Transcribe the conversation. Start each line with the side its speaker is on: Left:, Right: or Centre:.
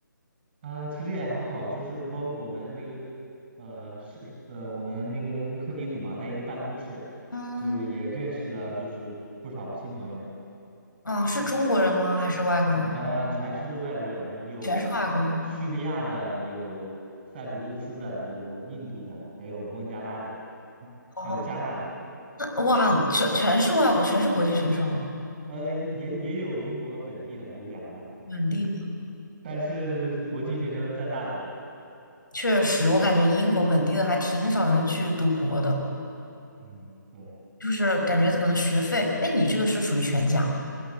Right: 啊、其实也还好，就是包括我们那个，呃，是呃，我们那个一个课题组嘛，在一个办公室，
Left: 嗯，
Right: 就是也认识了就是不少新朋友，
Left: 啊，是中国人吗？还是外国人？
Right: 呃，全是外国人，有叙利亚的，
Left: 全是外国人。
Right: 有塞浦路斯的，有印度的，还有孟加拉的，<laughs>
Left: 哦，
Right: 还有加纳的，
Left: 那哇，全全是外国，全是国际学生，
Right: 呃，也也有英国本地的，有两个。
Left: 本地的。
Right: 但是这这国际学生占大头。
Left: 确实，我感觉英国本地的还挺少人去读博的，
Right: 嗯，对，
Left: 就是感觉可能学费，哎，你这个是属于全奖。